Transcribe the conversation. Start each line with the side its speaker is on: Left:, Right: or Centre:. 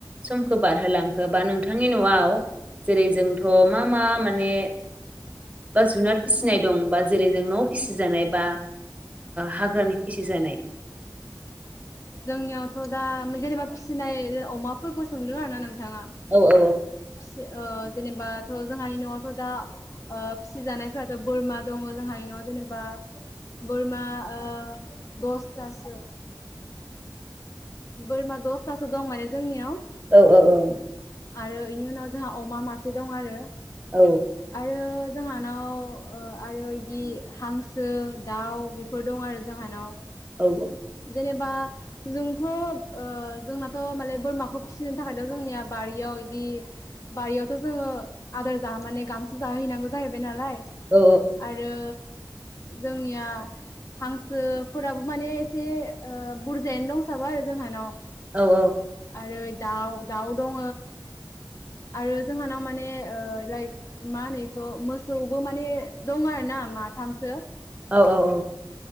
Right: समखौ बारहोलांखो बा नोंथांनि न'आव जेरै जोंथ' मा मा माने बा जुनार फिसिनाय दं बा जेरै जों न' फिसिजानाय बा हाग्रानि फिसि जानाय
Left: जोंनियावथ' दा जेनेबा फिसिनाय अमा फोरखौ सोंदों आरोना नों बिथाङा
Right: औ औ
Left: फि ओ जेनेबाथ' जोंहानि न'आवथ' दा ओ फिसिजानायफ्राथ' बोरमा दङ जोंहानि न'आव जेनेबा बोरमा ओ दसथासो बोरमा दस्थासो दं माने जोंनियाव
Right: औ औ औ
Left: आरो बेनि उनाव जोंहा अमा मासे दं आरो
Right: औ
Left: आरो जोंहानाव औ आरो बिदि हांसो दाउ बेफोर दं आरो जोंहानाव
Right: औ
Left: जेनेबा जोंथ' ओ जोंनाथ' माने बोरमाखौ फिसिनो थाखायथ' जोंनिया बारियाव इदि बारियावथ' जोङो आदार जाहो माने गांसो जाहैनांगौ जाहैबाय नालाय
Right: औ
Left: आरो जोंनिया हांसोफोराबो माने एसे बुरजायानो दंसाबो आरो जोंहानाव।
Right: औ
Left: आरो दाउ दाउ दङ आरो जोंहानाव माने ओ लाइक मा होनो बेखौ मोसौबो माने दङ आरोना माथामसो।
Right: औ औ औ